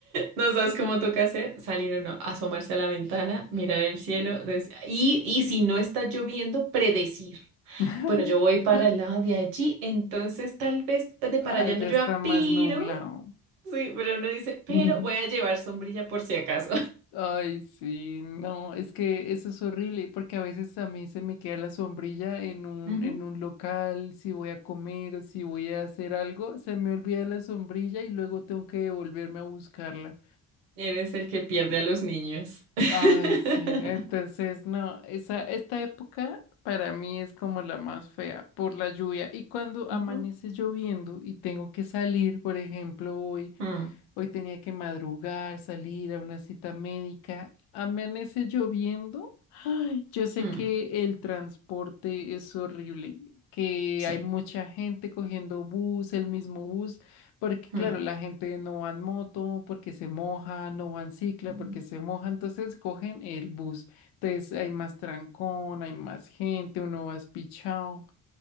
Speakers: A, on the right; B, on the left.
A: No sabes cómo toca hacer, salir o no, asomarse a la ventana, mirar el cielo, des- y, y si no está lloviendo, predecir.
B: <laughs>
A: Bueno, yo voy para el lado de allí, entonces tal vez de para
B: Ah,
A: allá
B: ya
A: no llueva,
B: está más
A: pero,
B: nublado.
A: sí, pero uno dice, pero
B: <laughs>
A: voy a llevar sombrilla por si acaso.
B: Ay, sí, no, es que eso es horrible, porque a veces a mí se me queda la sombrilla en un,
A: Ujú,
B: en un local, si voy a comer o si voy a hacer algo, se me olvida la sombrilla y luego tengo que devolverme a buscarla.
A: <laughs> Eres el que pierde a los niños. <laughs>
B: Ay, sí, entonces no, esa, esta época para mí es como la más fea por la lluvia. Y cuando amanece
A: ujú.
B: lloviendo y tengo que salir, por ejemplo, hoy.
A: Mm,
B: Hoy tenía que madrugar, salir a una cita médica. Amanece lloviendo. Ay, yo sé
A: mm,
B: que el transporte es horrible, que
A: sí.
B: hay mucha gente cogiendo bus, el mismo bus, porque claro,
A: mm.
B: la gente no va en moto porque se moja, no va en cicla
A: mm.
B: porque se moja, entonces cogen el bus. Entonces hay más trancón, hay más gente, uno va espichado.